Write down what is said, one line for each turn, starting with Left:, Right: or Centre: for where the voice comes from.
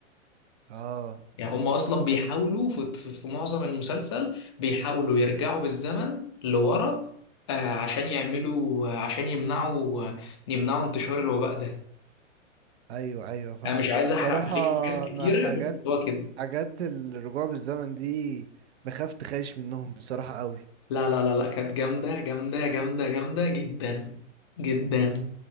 Right: اه
Left: يعني هما اصلا بيحاولوا في, في, في معظم المسلسل بيحاولوا يرجعوا بالزمن لورا آه، عشان يعملوا آه، عشان يمنعوا آه، يمنعوا انتشار الوباء ده
Right: ايوه ايوه فاهم
Left: انا مش عايز احرق
Right: بصراحة
Left: عليك حاجات كتيره
Right: انا حاجات
Left: بس هو كده
Right: حاجات الرجوع بالزمن دي بخاف تخيش منهم بصراحة قوي
Left: لا لا لا لا كانت جامدة جامدة جامدة جامدة جدا جدا